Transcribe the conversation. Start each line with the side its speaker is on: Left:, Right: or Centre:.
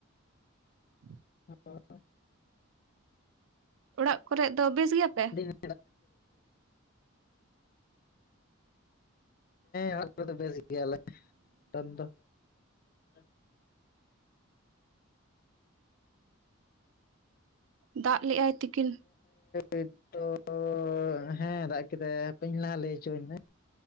Right: <inaudible>
Left: <unintelligible>
Right: ᱚᱲᱟᱜ ᱠᱚᱨᱮᱜ ᱫᱚ ᱵᱮᱥ ᱜᱮᱭᱟ ᱯᱮ?
Left: <unintelligible> ᱦᱮᱸ ᱾ ᱚᱞᱮ ᱫᱚ ᱵᱮᱥ ᱜᱮᱭᱟ ᱞᱮ, ᱴᱟᱴ ᱫᱚ ᱾ <unintelligible> <unintelligible>
Right: ᱫᱟᱜ ᱞᱮᱜᱟᱭ ᱛᱤᱠᱤᱱ
Left: ᱱᱤᱛ ᱫᱚ ᱾ ᱦᱮᱸ ᱫᱟᱜ ᱠᱮᱫᱟᱭ ᱦᱟᱯᱮ ᱤᱧ ᱞᱟᱦᱟ ᱞᱟᱹᱭ ᱦᱚᱪᱚ ᱟᱹᱧ ᱢᱮ